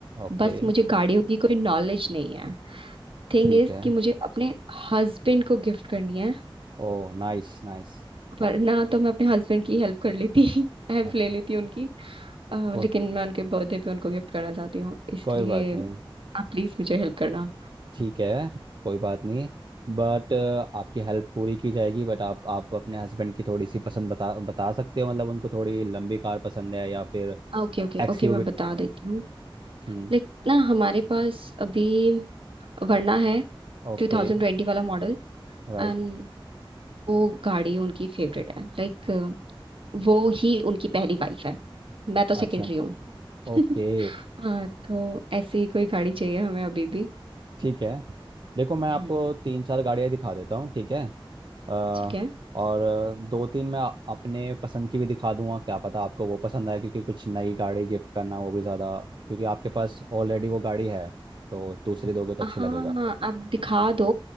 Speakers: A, on the right; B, on the right.
A: ओके
B: बस मुझे गाड़ियों की कोई नॉलेज नहीं है थिंग
A: ठीक
B: इज
A: है
B: कि मुझे अपने हस्बैंड को गिफ्ट करनी है
A: Oh nice nice
B: वरना तो मैं अपने हस्बैंड की हेल्प कर लेती <laughs> हेल्प
A: अच्छा
B: ले लेती उनकी अ,
A: को,
B: लेकिन मैं उनके बर्थडे पे उनको गिफ्ट करना चाहती हूँ इसलिए
A: कोई बात नहीं
B: आप प्लीज मुझे हेल्प करना
A: ठीक है कोई बात नहीं बट आपकी हेल्प पूरी की जाएगी बट आप आप अपने हस्बैंड की थोड़ी सी पसंद बता बता सकते हो मतलब उनको थोड़ी लंबी कार पसंद है या फिर
B: ओके ओके
A: एक्स
B: ओके मैं बता देती हूँ
A: हम्म
B: लाइक ना हमारे पास अभी वरना है
A: ओके
B: 2020 वाला मॉडल
A: राइट
B: एंड वो गाड़ी उनकी फेवरेट है लाइक वो ही उनकी पहली वाइफ है मैं तो सेकेंडरी
A: अच्छा
B: हूँ
A: ओके
B: <laughs> हाँ तो ऐसी ही कोई गाड़ी चाहिए हमें अभी भी
A: ठीक है देखो मैं
B: हम्म
A: आपको तीन चार गाड़ियाँ दिखा देता हूँ ठीक है अ,
B: ठीक है
A: और दो तीन मैं अपने पसंद की भी दिखा दूंगा क्या पता आपको वो पसंद आए क्योंकि कुछ नई गाड़ी गिफ्ट करना वो भी ज़्यादा क्योंकि आपके पास ऑलरेडी वो गाड़ी है तो दूसरी दोगे तो
B: हाँ
A: अच्छा लगेगा
B: आप दिखा दो